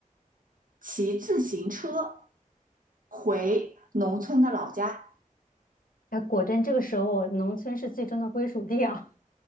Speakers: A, on the right; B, on the left.
A: 骑自行车回农村的老家，
B: 哎，果真这个时候，农村是最终的归属地啊。<laughs>